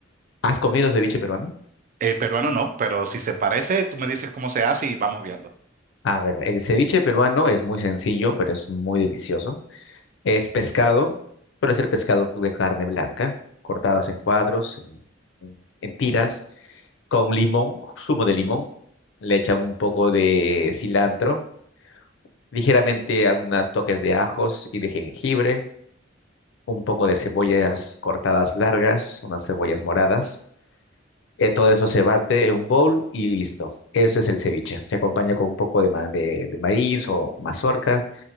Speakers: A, on the left; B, on the right.
A: ¿Has comido ceviche peruano?
B: El peruano no, pero si se parece, tú me dices cómo se hace y vamos viendo.
A: A ver, el ceviche peruano es muy sencillo, pero es muy delicioso. Es pescado, suele ser pescado de carne blanca, cortadas en cuadros, en, en- en tiras, con limón, zumo de limón. Le echan un poco de cilantro, ligeramente algunos toques de ajos y de jengibre, un poco de cebollas cortadas largas, unas cebollas moradas. Eh, todo eso se bate en un bowl y listo. Eso es el ceviche. Se acompaña con un poco de, ma- de de maíz o mazorca